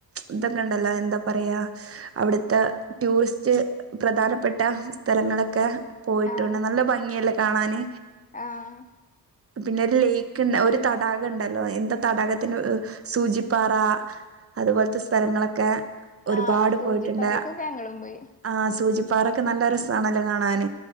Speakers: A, on the right; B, on the left.
A: ഇതൊക്കെ ഉണ്ടല്ലോ എന്താ പറയാ അവിടെ ഇത്തെ ടൂറിസ്റ്റ് പ്രധാനപ്പെട്ട സ്ഥലങ്ങളൊക്കെ പോയിട്ടുണ്ട്
B: ആഹ്
A: നല്ല ഭംഗിയല്ലേ കാണാന്
B: ആഹ്
A: പിന്നെ ലേക്ക് ഉണ്ട്, ഒരു തടാകം ഉണ്ടല്ലോ എന്താ തടാകത്തിന് സൂചിപ്പാറ. അതുപോലത്തെ സ്ഥലങ്ങളൊക്കെ ഒരുപാട്
B: ആഹ് സൂചിപ്പാറക്കൊക്കെ
A: പോയിട്ടുണ്ട്
B: ഞങ്ങളും പോയി
A: ആ സൂചിപ്പ അവിടൊക്കെ നല്ല രസമാണല്ലോ കാണാൻ